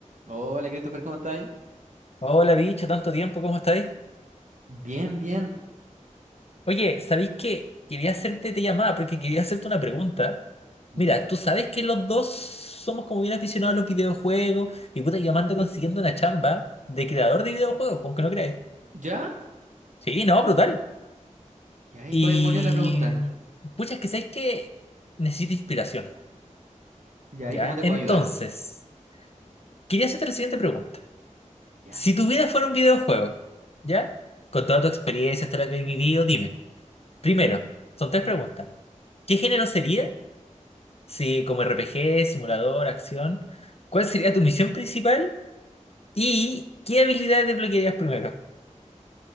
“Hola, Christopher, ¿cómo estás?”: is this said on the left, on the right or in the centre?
Right